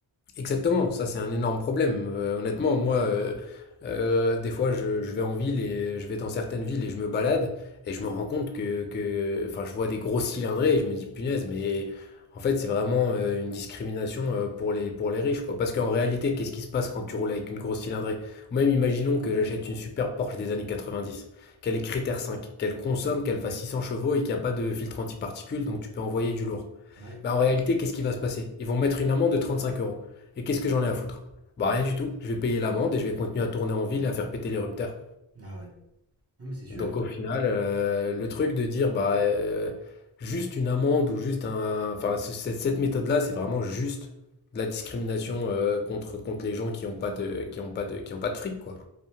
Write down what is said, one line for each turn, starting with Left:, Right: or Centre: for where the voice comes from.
Left: Exactement, ça c'est un énorme problème. Euh, honnêtement, moi, euh, euh, des fois, je, je vais en ville et je vais dans certaines villes et je me balade et je me rends compte que, que- enfin, je vois des grosses cylindrées et je me dis punaise, mais en fait, c'est vraiment euh, une discrimination euh, pour les, pour les riches, quoi. Parce qu'en réalité, qu'est-ce qui se passe quand tu roules avec une grosse cylindrée? Ou même imaginons que j'achète une super Porsche des années 90, qu'elle est critère cinq qu'elle consomme, qu'elle fasse 600 chevaux et qu'il n'y a pas de filtre antiparticules, donc tu peux envoyer du lourd.
Right: Ouais.
Left: Bah, en réalité, qu'est-ce qui va se passer? Ils vont mettre une amende de 35 euros. Et qu'est-ce que j'en ai à foutre? Bah rien du tout. Je vais payer l'amende et je vais continuer à tourner en ville et à faire péter l'érupteur.
Right: Ah ouais. Non, mais c'est sûr.
Left: Donc au final, euh, le truc de dire bah euh, juste une amende ou juste un, enfin ce- cette, cette méthode-là, c'est vraiment juste de la discrimination euh, contre contre les gens qui ont pas de qui ont pas de qui ont pas de fric quoi.